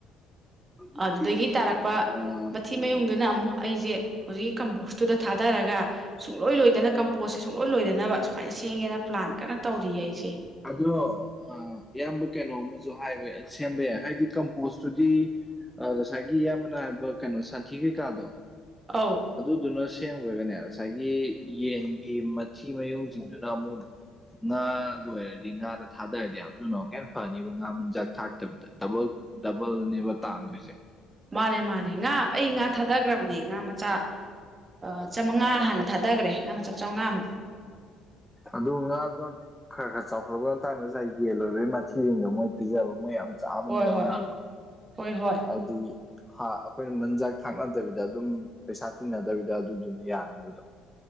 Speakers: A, in the centre; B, on the right (about 20°).
A: ꯑꯗꯨꯗꯤ
B: ꯑꯗꯨꯗꯒꯤ ꯇꯥꯔꯛꯄ ꯃ
A: ꯑꯥ
B: ꯃꯊꯤ ꯃꯌꯨꯡꯗꯨꯅ ꯑꯃꯨꯛ ꯑꯩꯁꯦ ꯍꯧꯖꯤꯛꯀꯤ ꯀꯝꯄꯣꯁꯇꯨꯗ ꯊꯥꯗꯔꯒ ꯁꯨꯡꯂꯣꯏ ꯂꯣꯏꯗꯅ ꯀꯝꯄꯣꯁ ꯁꯨꯡꯂꯣꯏ ꯂꯣꯏꯗꯅꯕ ꯁꯨꯃꯥꯏꯅ ꯁꯦꯡꯒꯦꯅ ꯄ꯭ꯂꯥꯟ ꯀꯟꯅ ꯇꯧꯔꯤꯌꯦ ꯑꯩꯁꯦ꯫
A: ꯑꯗꯣ ꯑꯥ ꯏꯌꯥꯝꯕ ꯀꯩꯅꯣꯝꯃꯁꯨ ꯍꯥꯏꯕ ꯁꯦꯝꯕ ꯌꯥꯏ ꯍꯥꯏꯗꯤ ꯀꯝꯄꯣꯁꯇꯨꯗꯤ ꯉꯁꯥꯏꯒꯤ ꯏꯌꯥꯝꯕꯅ ꯍꯥꯏꯕ ꯀꯩꯅꯣ ꯁꯟꯊꯤ ꯀꯩꯀꯥꯗꯣ꯫
B: ꯑꯧ
A: ꯑꯗꯨꯗꯨꯅ ꯁꯦꯝꯈ꯭ꯔꯒꯅꯦ ꯉꯁꯥꯏꯒꯤ ꯌꯦꯟꯒꯤ ꯃꯊꯤ ꯃꯌꯨꯡꯁꯤꯡꯗꯨꯅ ꯑꯃꯨꯛ꯫ ꯉꯥ ꯂꯣꯏꯔꯗꯤ ꯉꯥꯗ ꯊꯥꯗꯔꯗꯤ ꯌꯝꯊꯨꯅ ꯃꯌꯝ ꯐꯅꯤꯕ ꯉꯥ ꯃꯆꯤꯟꯖꯥꯛ ꯊꯥꯛ <unintelligible> ꯗꯕꯜ ꯗꯕꯜꯅꯦꯕ ꯇꯥꯡꯗꯣꯏꯁꯦ꯫
B: ꯃꯥꯅꯦ ꯃꯥꯅꯦ ꯉꯥ ꯑꯩ ꯉꯥ ꯊꯥꯗꯈ꯭ꯔꯕꯅꯦ ꯉꯥ ꯃꯆꯥ꯫ ꯑ ꯆꯥꯃꯉꯥ ꯍꯥꯟꯅ ꯊꯥꯗꯈ꯭ꯔꯦ ꯉꯥ ꯃꯆꯥ ꯆꯥꯝꯃꯉꯥꯃꯨꯛ꯫
A: ꯑꯗꯨ ꯉꯥꯗꯨꯅ꯫ ꯈꯔ ꯈꯔ ꯆꯥꯎꯈꯠꯂꯄꯩ ꯃꯇꯥꯡꯗ ꯉꯁꯥꯏ ꯌꯦꯜꯂꯣꯏꯕꯩ ꯃꯊꯤꯁꯤꯡꯗꯣ ꯃꯣꯏ ꯄꯤꯖꯕ ꯃꯣꯏ ꯌꯥꯝ ꯆꯥꯕꯅꯦꯕ
B: ꯍꯣꯏ ꯍꯣꯏ
A: ꯉꯥꯗꯣ
B: ꯍꯣꯏ ꯍꯣꯏ
A: ꯍꯥꯏꯗꯤ ꯍꯥ ꯑꯩꯈꯣꯏꯅ ꯃꯖꯥꯛ ꯊꯥꯛꯅꯗꯕꯤꯗ ꯑꯗꯨꯝ ꯄꯩꯁꯥ ꯇꯤꯡꯅꯗꯕꯤꯗ ꯑꯗꯨꯗꯨꯅ ꯌꯥꯅꯦꯕ ꯑꯗꯣꯝ꯫